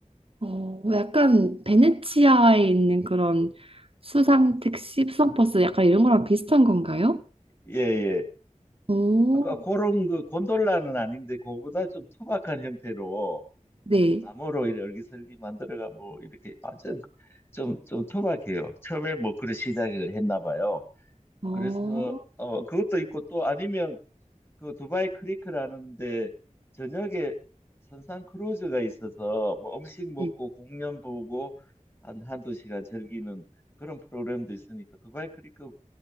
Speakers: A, on the right; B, on the left.
A: 어, 약간 베네치아에 있는 그런 수상 택시, 수상 버스 약간 이런 거랑 비슷한 건가요?
B: 예예.
A: 오,
B: 그- 그런 그 곤돌라는 아닌데 그거보다 좀 투박한 형태로
A: 네.
B: 나무로 이렇게 얼기설기 만들어가 뭐 이렇게 완전 좀좀 투박해요. 처음에 뭐 그런 시작을 했나 봐요.
A: 어,
B: 그래서 어 그것도 있고 또 아니면 그 두바이 크리크라는데 저녁에 선상 크루즈가 있어서 뭐 음식 먹고
A: 네.
B: 공연 보고 한 한두 시간 즐기는 그런 프로그램도 있으니까 두바이 크리크